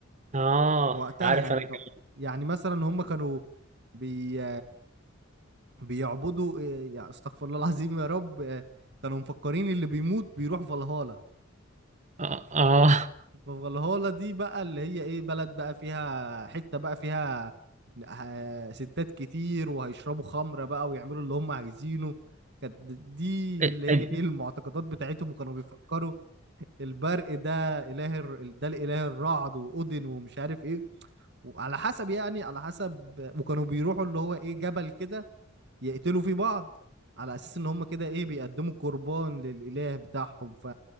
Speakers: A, on the right; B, on the right.
A: اه
B: وقتها
A: عارف
B: يعني
A: انا كده
B: لو- يعني مثلا هم كانوا بي بيعبدوا إيه، يعني استغفر الله العظيم يا رب إيه، كانوا مفكرين اللي بيموت بيروح فالهالا
A: اه آه.
B: فالهالا دي بقى اللي هي ايه بلد بقى فيها حتة بقى فيها آه، ستات كتير وهيشربوا خمرة بقى ويعملوا اللي هم عايزينه كانت دي
A: إيه-
B: اللي
A: إيه-
B: هي ايه المعتقدات بتاعتهم وكانوا بيفكروا البرق ده اله الر- ده الاله الرعد واودن ومش عارف ايه وعلى حسب يعني على حسب وكانوا بيروحوا اللي هو ايه جبل كده يقتلوا فيه بعض على اساس ان هم كده ايه بيقدموا قربان للاله بتاعهم ف